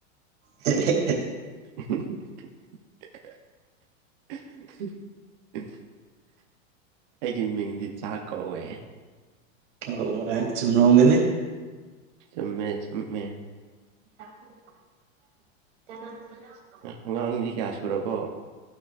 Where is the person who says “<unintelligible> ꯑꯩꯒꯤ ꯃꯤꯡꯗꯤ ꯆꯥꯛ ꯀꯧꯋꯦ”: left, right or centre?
Right